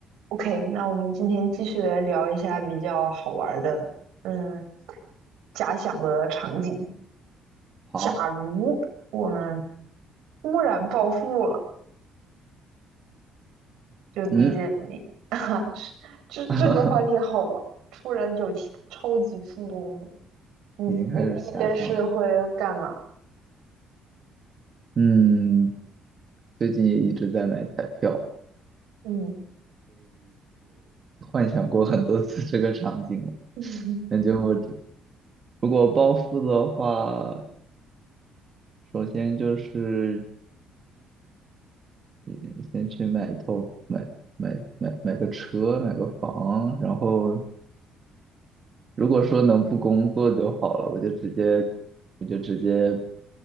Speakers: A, on the right; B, on the right.
A: OK，那我们今天继续来聊一下比较好玩儿的，嗯，假想的场景。
B: 好，
A: 假如我们突然暴富了，就第一件，
B: 嗯，
A: 你 <laughs> 啊，这这个话题好吧？
B: <laughs>
A: 突然有钱超级富翁，你你第一件事会干嘛？
B: 已经开始遐想了。嗯，最近也一直在买彩票，
A: 嗯
B: 幻想过很多次这个场景了。
A: 嗯
B: 感觉我只如果暴富的话，首先就是嗯先去买一套买买买买个车，买个房，然后如果说能不工作就好了，我就直接我就直接